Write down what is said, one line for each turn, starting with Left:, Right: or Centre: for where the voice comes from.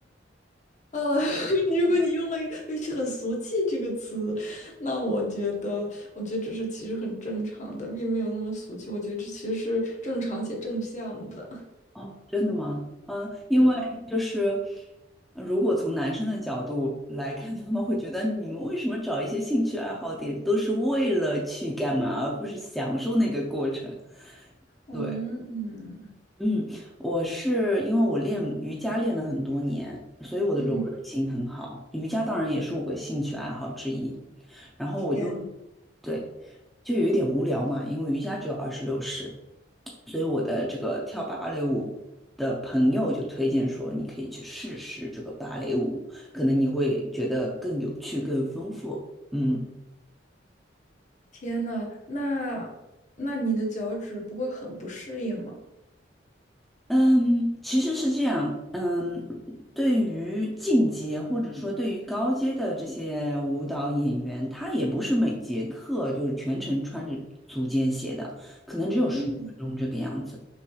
Left: 啊！<laughs> 如果你用了一句很俗气这个词，那我觉得，我觉得这是其实很正常的，并没有那么俗气。我觉得这其实是正常且正向的。<laughs>
Centre: 哦，真的吗？嗯，因为就是
Left: 嗯
Centre: 如果从男生的角度来看，他们会觉得你们为什么找一些兴趣爱好点都是为了去干嘛，而不是享受那个过程？
Left: 嗯
Centre: 对。嗯，我是因为我练瑜伽练了很多年，所以我的柔韧性很好。
Left: 嗯。
Centre: 瑜伽当然也是我的兴趣爱好之一。然后我就，
Left: 天，
Centre: 对，就有一点无聊嘛，因为瑜伽只有二十六式，所以我的这个跳芭蕾舞的朋友就推荐说，你可以去试试这个芭蕾舞，可能你会觉得更有趣、更丰富。嗯，
Left: 天呐，那那你的脚趾不会很不适应吗？
Centre: 嗯，其实是这样。嗯，对于进阶或者说对于高阶的这些舞蹈演员，他也不是每节课就是全程穿着足尖鞋的，可能只有十五分钟这个样子。
Left: 嗯